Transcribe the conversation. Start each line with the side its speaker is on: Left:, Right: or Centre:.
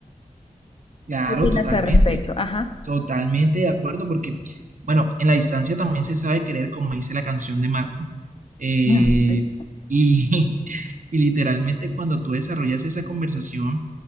Right: Claro,
Left: ¿Qué opinas
Right: totalmente.
Left: al respecto? Ajá.
Right: Totalmente de acuerdo, porque, bueno, en la distancia también se sabe querer, como dice la canción de Marco. Eh,
Left: Ah, sí.
Right: y, <laughs> y literalmente cuando tú desarrollas esa conversación